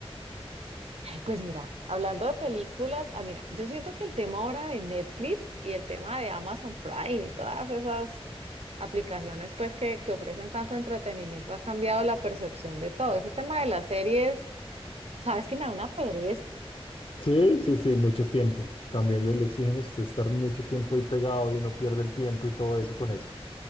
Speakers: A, on the right (about 90°); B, on the left (about 60°).
A: Ay, pues mira, hablando de películas, ah, mira, yo siento que el tema ahora de Netflix y el tema de Amazon Prime y todas esas aplicaciones pues que, que ofrecen tanto entretenimiento ha cambiado la percepción de todo. Ese tema de las series, sabes que me da una pereza
B: Sí, sí, sí, mucho tiempo. También le, le exigen a usted estar mucho tiempo ahí pegado y uno pierde el tiempo y todo eso con eso.